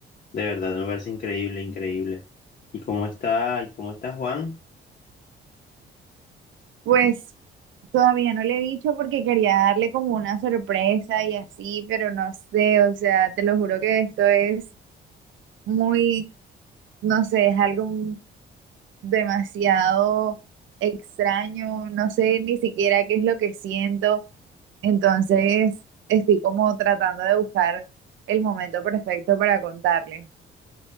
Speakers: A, on the left; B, on the right.
A: De verdad, me parece increíble, increíble. ¿Y cómo está, y cómo está Juan?
B: Pues todavía no le he dicho porque quería darle como una sorpresa y así, pero no sé, o sea, te lo juro que esto es muy, no sé, es algo demasiado extraño, no sé ni siquiera qué es lo que siento. Entonces, estoy como tratando de buscar el momento perfecto para contarle.